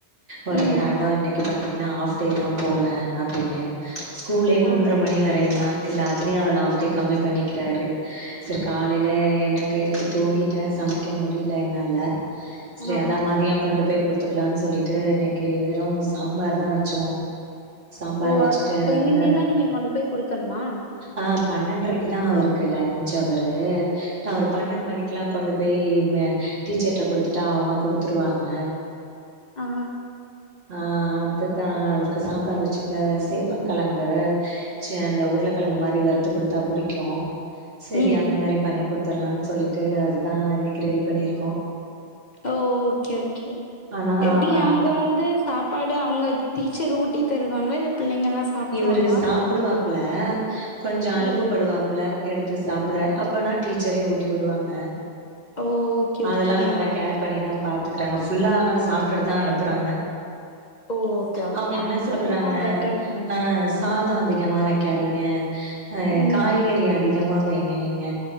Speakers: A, on the right; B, on the left.
A: ஒரே
B: ம்.
A: அடோ இன்னைக்கு பாத்திங்ன்னா ஹாஃப் டே தா போவே அப்டின்னு ஸ்கூலே மூன்ற
B: ஆ.
A: மணி வரையு தா இதுல அதுலயு அவர் ஆஃப்டே கம்மி பண்ணிக்கிறாரு சேர் காலைல எனக்கு இன்னைக்கு தூங்கிட்ட சமைக்க முடில என்னால
B: ஆ.
A: செரி அதா மதியோ கொண்டு போய் குடுத்துக்கலான் சொல்லிட்டு இன்னைக்கு வெரு சாம்பார் தா வச்சோ சாம்பார்
B: ஓ
A: வச்சுட்டு
B: அப்ப இனிமேதா
A: அந்த
B: நீங்க கொண்டு போய் குடுக்கணுமா
A: ஆ பன்னன்றைக் குதா அவருக்கு லஞ்ச் அவரு நா ஒரு பன்னெண்டு மணிக்குல்லா கொண்டு போய் மே டீச்சர்ட்ட குடுத்துட்டா அவுங்க குடுத்துருவாங்க
B: ஆ
A: அ அதுதா அவருக்கு சாம்பார் வச்சு இந்த சேப்பங்கழங்கு ச்சே அந்த உருளக்கெழங்கு மாரி வறுத்து கொடுத்தா புடிக்கு சேரி
B: ம்.
A: அந்த மாரி பண்ணி குடுத்தர்லான் சொல்லிட்டு அதுதா இன்னைக்கு ரெடி பண்ணிர்க்கோ
B: ஓ ஓகே ஓகே
A: ஆனா
B: எப்டி
A: அவ
B: அங்க வந்து சாப் பாடு அவுங்க டீச்சர் ஊட்டி தருவாங்களா இல்ல பிள்ளைங்கலாம் சாப்ட்ருவாங்களா?
A: இவுரு சாப்புடுவாப்புல கொஞ்சோ
B: ம்.
A: அலப்புப்படுவாப்புல எடுத்து சாப்பட அப்பர்னா டீச்சரே ஊட்டி உடுவாங்க
B: ஓ ஓகே ஓகே
A: அதெல்லா நல்லா
B: ஆ
A: கேர் பண்ணிதா பாத்துக்குறாங்க ஃபுல்லா ஆனா சாப்ட்டுட்டுதா அனுப்புறாங்க
B: ஓ ஓகே ஓகே
A: அவுங்க
B: ஆ
A: என்ன
B: அப்டின்னா
A: சொல்றாங்க
B: பெட்டர் தானே
A: அ சாதோ அதிகமா வெக்காதீங்க அ
B: ம்
A: காய்கறி அதி கமா வைங்க நீங்க